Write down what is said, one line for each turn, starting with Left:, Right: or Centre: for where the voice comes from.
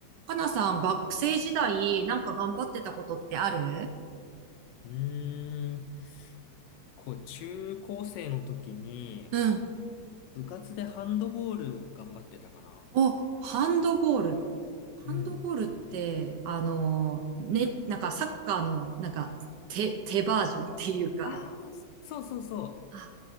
Right: かなさん、学生時代、なんか頑張ってたことってある
Left: うーん。こう、中高生の時に、
Right: うん。
Left: 部活でハンドボール頑張ってたかな。
Right: お、ハンドボール。ハンドボールって、
Left: うん。
Right: あの、ね、なんかサッカーの、なんか、手、手バージョンっていうか、
Left: ああ、そうそうそ
Right: あ、